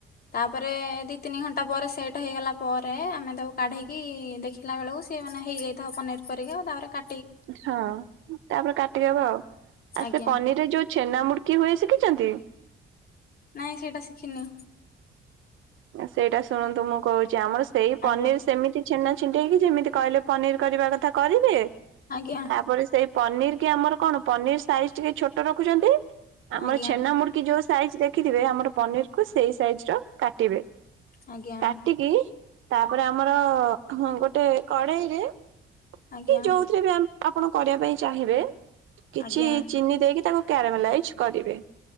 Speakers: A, on the left (about 50°); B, on the right (about 80°).
A: ତା ତାପରେ ଦି ତିନି ଘଣ୍ଟା ପରେ ସେଟ୍ ହେଇଗଲା ପରେ ଆମେ ତାକୁ କାଢି଼କି ଦେ ଖିଲାବେଳକୁ ସେ ମାନେ ହେଇଯାଇଥିବ ପନିର ପରିକା ତା ପରେ କା
B: ହଁ ତାପରେ କାଟିଦବା ଆଉ ଆ
A: ଆଜ୍ଞା
B: ସେ ପନିର ରେ ଯୋଉ ଛେନା ମୁଡୁକି ହୁଏ ଶିଖିଛନ୍ତି?
A: ନାଇଁ ସେଇଟା ଶିଖିନି।
B: ସେଇଟା ଶୁଣନ୍ତୁ ମୁଁ କହୁଛି ଆମର ସେଇ ପନିର୍
A: ଆଜ୍ଞା
B: ସେମିତି ଛେନା ଛିଣ୍ଡେଇକି ଯେମିତି କହିଲେ ପନିରି କରିବା କଥା କରିବେ।
A: ଆଜ୍ଞା।
B: ତାପରେ ସେଇ ପନିର୍ କି ଆମର କଣ ପନିର୍ ସାଇଜି ଟିକେ ଛୋଟ ରଖୁଛନ୍ତି ଆମର
A: ଆଜ୍ଞା
B: ଛେନା ମୁଡ ମୁଡି଼କି ଯୋଉ ସାଇଜି ଦେଖିଥିବେ ଆମର ପନିରି କୁ ସେଇ ସାଇଜି ର କାଟିବେ।
A: ଆଜ୍ଞା
B: କାଟିକି ତାପରେ ଆମର ହଁ ଗୋଟେ କଡେଇରେ
A: ଆଜ୍ଞା
B: କି ଯୋଉଥିରେ ବି ଆ ଆପଣ କରିବା ପାଇଁ ଚାହିଁବେ କିଛି
A: ଆଜ୍ଞା
B: ଚିନି ଦେଇକି ତାକୁ କ୍ୟାରାମାଲାଇଜ୍ କରିବେ